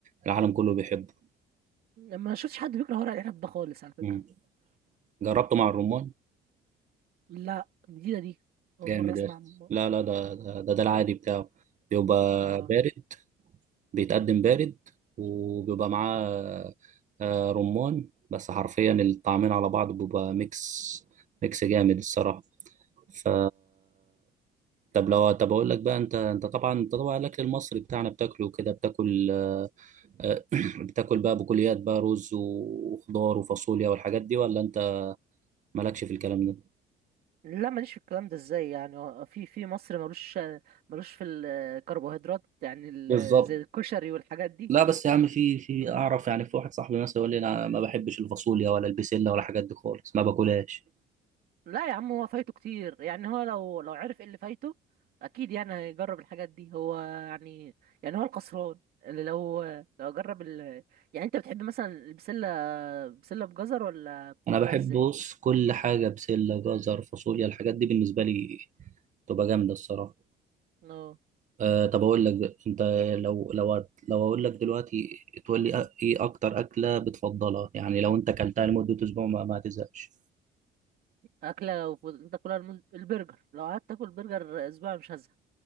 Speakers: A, on the right; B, on the right.
A: العالم كله بيحبه
B: ما شفتش حد بيكره ورق العنب ده خالص على فكرة
A: مم. جربته مع الرمان
B: لا جديدة دي أول
A: جامد
B: مرة أسمع
A: يا اسطى
B: م-
A: لا لا ده ده ده, ده العادي بتاعه بيبقى
B: اه
A: بارد بيتقدم بارد وبيبقى معاه آه، رمان بس حرفيا الطعمين على بعض بيبقى ميكس ميكس جامد الصراحة ف طب لو طب اقول لك بقى انت انت طبعا انت طبعا الاكل المصري بتاعنا بتاكله كده بتاكل آه، آه، <clears throat> بتاكل بقى بكليات بقى رز وخضار وفاصوليا والحاجات دي ولا انت مالكش في الكلام ده؟
B: لا ماليش في الكلام ده ازاي يعني هو في في مصر ملوش ملوش في الكربوهيدرات يعني ال-
A: بالظبط
B: زي الكشري والحاجات دي
A: لا بس يا عم في في اعرف يعني في واحد صاحبي مثلا يقول لي انا ما بحبش الفاصوليا ولا البسله ولا الحاجات دي خالص ما باكلهاش
B: لا يا عم هو فايته كتير يعني هو لو لو عرف ايه اللي فايته اكيد يعني هيجرب الحاجات دي هو يعني يعني هو الخسران اللي لو لو جرب ال... يعني انت بتحب مثلا البسلة بسلة بجزر ولا بتاكلها
A: انا بحب
B: ازاي؟
A: بص كل حاجه بسله جزر فاصوليا الحاجات دي بالنسبه لي تبقى جامده الصراحه
B: آه.
A: أه طب اقول لك بقى، انت لو لو لو اقول لك دلوقتي تقول لي أ- ايه اكتر اكله بتفضلها يعني لو انت اكلتها لمده اسبوع ما, ما تزهقش
B: اكله لو فضلت تاكلها المز... البرجر لو قعدت اكل برجر اسبوع مش هزهق